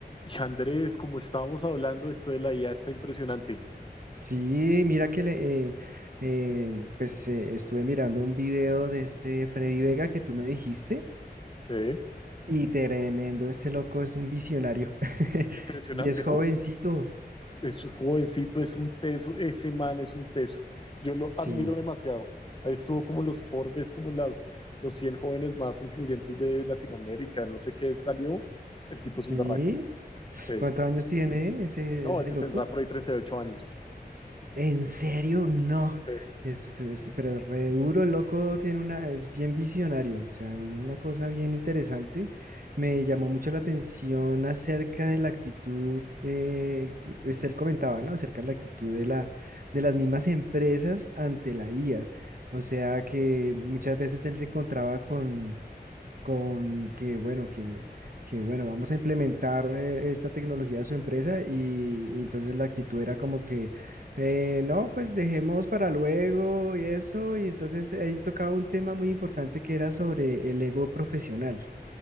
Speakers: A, on the left (about 30°); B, on the right (about 60°).
A: Y Andrés, como estábamos hablando, esto de la IA está impresionante.
B: Sí, mira que le, eh, eh, pues eh, estuve mirando un video de este Freddy Vega que tú me dijiste
A: ¿Se
B: y tremendo, este loco es un visionario <laughs>
A: Impresionante,
B: y es jovencito.
A: ¿no? Es un jovencito, es un teso, ese man es un teso. Yo lo
B: Sí,
A: admiro demasiado. Ahí estuvo como en los Forbes, como en las, los 100 jóvenes más influyentes de Latinoamérica, no sé qué salió. El tipo
B: sí.
A: es un berraco. Sí.
B: ¿Cuántos años tiene ese,
A: No,
B: ese
A: ese
B: loco?
A: tendrá por ahí 38 años.
B: ¿En serio? No.
A: Sí.
B: Es, es- pero re duro, el loco, tiene una, es bien visionario, o sea, una cosa bien interesante. Me llamó mucho la atención acerca de la actitud, eh, pues él comentaba, ¿no? Acerca de la actitud de la, de las mismas empresas ante la IA. O sea, que muchas veces él se encontraba con con que, bueno, que, que, bueno, vamos a implementar eh, esta tecnología a su empresa y, y entonces la actitud era como que, eh, no, pues dejemos para luego y eso, y entonces ahí tocaba un tema muy importante que era sobre el ego profesional.